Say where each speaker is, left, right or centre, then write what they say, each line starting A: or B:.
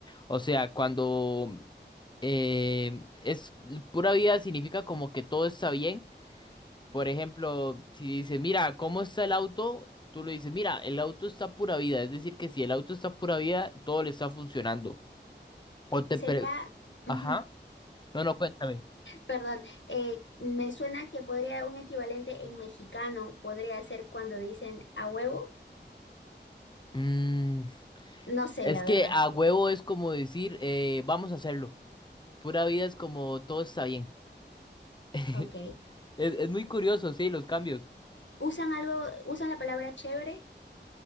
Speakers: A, on the left (about 25°); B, on the left (about 80°).
A: O sea, cuando eh, es pura vida significa como que todo está bien. Por ejemplo, si dices, mira, ¿cómo está el auto? Tú le dices, mira, el auto está pura vida. Es decir, que si el auto está pura vida, todo le está funcionando. O te
B: Sería,
A: pre-
B: ujú,
A: Ajá. No, no, cuéntame.
B: Perdón, eh, me suena que podría un equivalente en mexicano podría ser cuando dicen a huevo.
A: Mm,
B: No sé,
A: es
B: la
A: que
B: verdad.
A: a huevo es como decir, eh, vamos a hacerlo. Pura vida es como todo está bien. <laughs>
B: Ok.
A: Es, es muy curioso, sí, los cambios.
B: Usan algo, usan la palabra chévere,